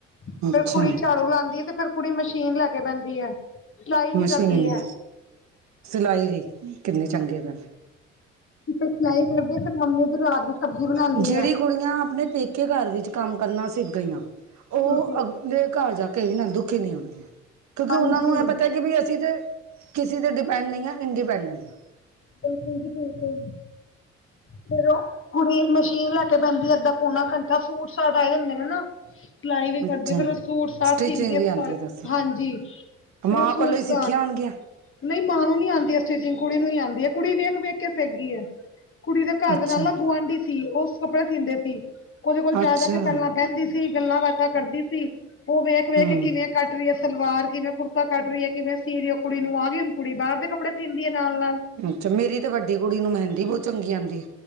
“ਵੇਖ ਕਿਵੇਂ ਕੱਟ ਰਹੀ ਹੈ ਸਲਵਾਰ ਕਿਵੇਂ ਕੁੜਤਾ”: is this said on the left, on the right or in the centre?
Left